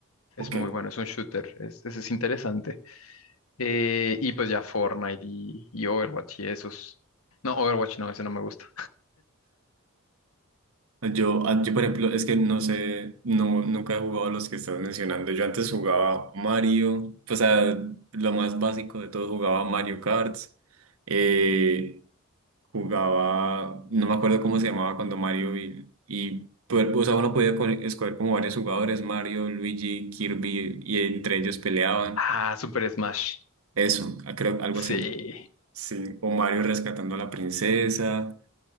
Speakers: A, on the left; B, on the right.
A: Es
B: Ok.
A: muy bueno, es un shooter, es, es, es interesante. Eh, y pues ya Fortnite y, y Overwatch y esos. No, Overwatch no, ese no me gusta.
B: Yo, ah, yo, por ejemplo, es que no sé, no, nunca he jugado a los que estás mencionando. Yo antes jugaba Mario, o sea, lo más básico de todo, jugaba Mario Kart, eh, jugaba, no me acuerdo cómo se llamaba cuando Mario y, y pues, o sea, uno podía co- escoger como varios jugadores, Mario, Luigi, Kirby, y entre ellos peleaban.
A: Ah, Super Smash.
B: Eso, ah, creo, algo
A: Sí.
B: así. Sí, o Mario rescatando a la princesa,